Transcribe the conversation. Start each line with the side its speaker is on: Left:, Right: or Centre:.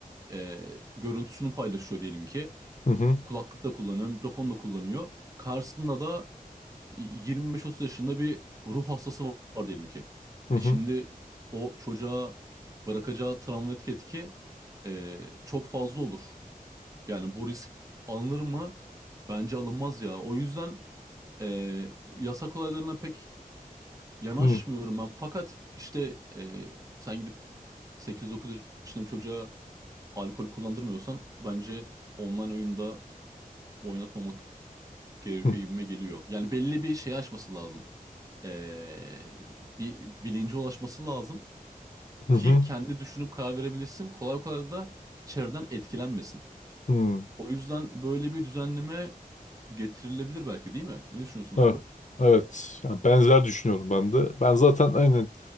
Right: e, görüntüsünü paylaşıyor diyelim ki.
Left: hı hı
Right: Kulaklık da kullanıyor, mikrofon da kullanıyor. Karşısında da 25-30 yaşında bir ruh hastası var diyelim ki.
Left: hı
Right: E şimdi o çocuğa bırakacağı travmatik etki e, çok fazla olur. Yani bu risk alınır mı? Bence alınmaz ya. O yüzden e, yasak olaylarına pek yanaşmıyorum
Left: hı
Right: ben. Fakat işte e, sen gidip 8-9 yaşında bir çocuğa alkol kullandırmıyorsan bence online oyunda oynatmamak gerekiyor
Left: hı
Right: gibime geliyor. Yani belli bir şey aşması lazım. Ee, bir bilince ulaşması lazım
Left: hı
Right: ki
Left: hı
Right: kendi düşünüp karar verebilirsin. Kolay kolay da çevreden etkilenmesin.
Left: hı.
Right: O yüzden böyle bir düzenleme getirilebilir belki değil mi? Ne düşünüyorsun
Left: Evet.
Right: abi?
Left: Evet. Yani benzer düşünüyorum ben de. Ben zaten aynen